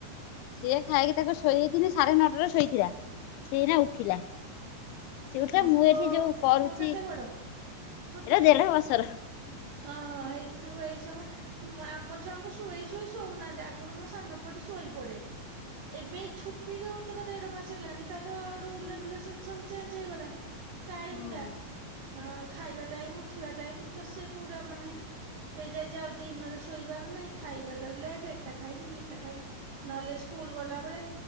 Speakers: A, on the left; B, on the right.
A: ସିଏ ଖାଇକି ତାକୁ ଶୋଇଦେଇଥିଲି ସାଢେ ନଅଟାରେ ଶୋଇଥିଲା ସେ ଏଇନା ଉଠିଲା। ସିଏ ଉଠିଲା
B: ଓହୋ
A: ମୁଁ
B: ପୁଅ
A: ଏଠି ଯୋଉ କରୁଛି
B: ପୁଅ କେତେ ବଡ ଛୋଟ
A: ଏଇଟା
B: ଛୁଆ।
A: ଦେଢ ବର୍ଷର।
B: ଓହୋ ହେଇଥି ଯୋଗୁ ଏଇ ସମୟ ଆମ ଛୁଆଙ୍କୁ ଶୁଏଇ ଶୁଏଇ ଶୋଉନାହାନ୍ତି ଆଗରୁ ମୋ ସାନ ପୁଅଟି ଶୋଇପଡେ। ଏବେ ଏଇ ଛୁଟି ଯୋଉତକ ଦେଢ ମାସ ହେଲାଣି ତାର ଯୋଉ ରୁଲ ରେଗୁଲେସନ ସବୁ ଚେଞ୍ଜ ଚେଗଲା ଟାଇମ
A: ହଁ
B: ଟା। ଅ ଖାଇବା ଟାଇମ ଉଠିବା ଟାଇମ ତ ସେ ପୁରା ମାନେ। ହେଇଯାଇଛି ଆଉ ଦିନରେ ଶୋଇବାର ନାହିଁ ଖାଇବା ଲେଟ୍ ଏଟା ଖାଇବିନି ହେଟା ଖାଇବିନି। ନହେଲେ ସ୍କୁଲ ଗଲାବେଳେ।